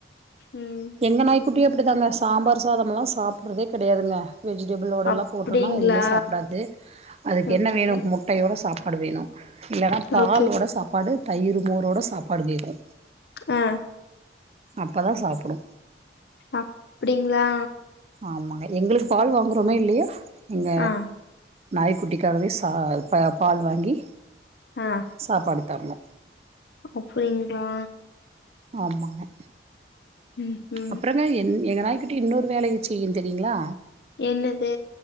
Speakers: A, on the left; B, on the right.
A: ம்
B: எங்க நாய்க்குட்டியு அப்டிதாங்க சாம்பார் சாதம்லா சாப்புறதே கெடையாதுங்க வெஜிடேபுளோடெல்லா
A: அப்டிங்களா
B: போட்டோனா எதுமே சாப்புடாது அதுக்கு
A: ஓகே
B: என்ன வேணு முட்டையோட சாப்பாடு வேணு இல்லனா பாலோட
A: ஓகே
B: சாப்பாடு தயிரு மோரோட சாப்பாடு கேக்கு
A: ஆ
B: அப்பதா சாப்புடு
A: அப் டிங்ளா
B: ஆமாங்க எங்ளுக்கு பால் வாங்குறோமோ இல்லயோ எங்க
A: ஆ
B: நாய்க்குட்டிக்காகவே சா இப்ப பால் வாங்கி
A: ஆ
B: சாப்பாடு தர்ணு
A: அப்புடிங்ளா
B: ஆமாங்க
A: ம் ம்
B: அப்புறந்தா என் எங்க நாய்க்குட்டி இன்னொரு வேலையு செய்யு தெரியுங்ளா
A: என்னது